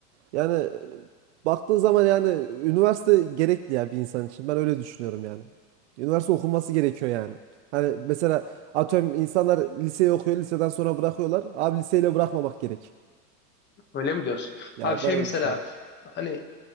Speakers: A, on the right (about 45°); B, on the left (about 20°).
A: Yani Baktığın zaman yani üniversite gerekli ya bir insan için. Ben öyle düşünüyorum yani. Üniversite okunması gerekiyor yani. Hani mesela atıyorum insanlar liseyi okuyor, liseden sonra bırakıyorlar. Abi liseyle bırakmamak gerek.
B: Öyle mi diyorsun?
A: Ya
B: Abi şey
A: ben öyle
B: mesela
A: düşünüyorum.
B: hani